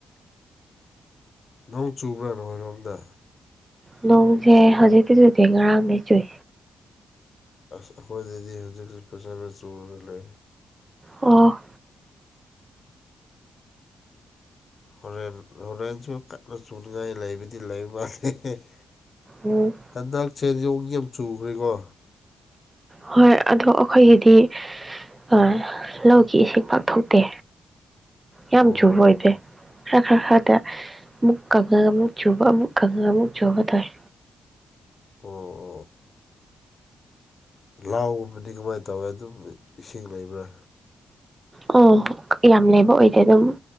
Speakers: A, on the left (about 50°); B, on the right (about 30°).
A: ꯅꯣꯡ ꯆꯨꯕ꯭ꯔꯥ ꯅꯣꯏꯔꯣꯝꯗ
B: ꯅꯣꯡꯖꯦ ꯍꯧꯖꯤꯛꯇꯤ ꯆꯨꯗꯦ ꯉꯔꯥꯡꯗꯩ ꯆꯨꯏ
A: ꯑꯁ ꯑꯩꯈꯣꯏꯗꯗꯤ ꯍꯧꯖꯤꯛꯁꯨ ꯐꯖꯟꯅ ꯆꯨꯔ ꯂꯩ
B: ꯑꯣ
A: ꯍꯣꯔꯦꯟ ꯍꯣꯔꯦꯟꯁꯨ ꯀꯥꯟꯅ ꯆꯨꯅꯤꯡꯉꯥꯏ ꯂꯩꯕꯗꯤ ꯂꯩꯕ ꯃꯥꯜꯂꯦ ꯍꯦꯍꯦꯍꯦ
B: ꯎꯝ
A: ꯍꯥꯟꯗꯛꯁꯦ ꯌꯧ ꯌꯥꯝ ꯆꯨꯒ꯭ꯔꯦꯀꯣ
B: ꯍꯥ ꯍꯣꯏ ꯑꯗꯣ ꯑꯩꯈꯣꯏꯒꯤꯗꯤ ꯑꯥ ꯂꯧꯒꯤ ꯏꯁꯤꯡ ꯄꯥꯛ ꯊꯣꯛꯇꯦ ꯌꯥꯝ
A: ꯑꯣ
B: ꯆꯨꯕ ꯑꯣꯏꯗꯦ ꯈꯔ ꯈꯔ ꯈꯔꯗ ꯑꯃꯨꯛ ꯀꯪꯉ ꯑꯃꯨꯛ ꯆꯨꯕ ꯑꯃꯨꯛ ꯀꯪꯉ ꯑꯃꯨꯛ ꯆꯨꯕ ꯇꯧꯋꯦ
A: ꯑꯣ ꯂꯥꯎꯒꯨꯝꯕꯗꯤ ꯀꯃꯥꯏꯅ ꯇꯧꯋꯦ ꯑꯗꯨꯝ ꯏꯁꯤꯡ ꯂꯩꯕ꯭ꯔꯥ
B: ꯑꯣ ꯌꯥꯝ ꯂꯦꯕ ꯑꯣꯏꯗꯦ ꯗꯨꯝ